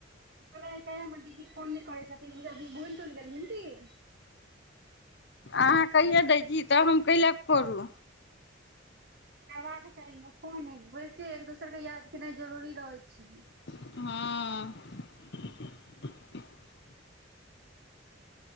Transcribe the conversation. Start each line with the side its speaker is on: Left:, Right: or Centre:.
Right: आय कायल हमर दीदी फोन नय हि करै छथीन बोल तोल देलखिन की
Left: अहाँ कहिए दै छी त हम कैय ले परु
Right: करबाक चाही ने फोन बोलितिये एक दोसर के याद केनाइ जरूरी रहै छै
Left: हँ